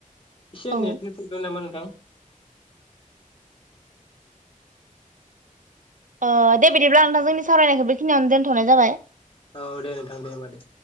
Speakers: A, on the left; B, on the right.
A: एसे
B: औ
A: नेटनि प्रब्लेम नामा नों थां?
B: ओ दे बिदिब्ला नोंथां जोंनि सावरायनायखौ बेखिनियावनो दोनथ'नाय जाबाय।
A: औ दे नोंथां दे होमबा दे।